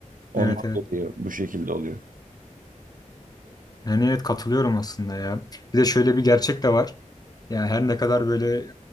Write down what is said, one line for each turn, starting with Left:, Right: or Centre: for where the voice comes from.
Right: Ondan
Left: Evet evet.
Right: dolayı bu şekilde oluyor.
Left: Yani evet katılıyorum aslında ya. Bir de şöyle bir gerçek de var. Yani her ne kadar böyle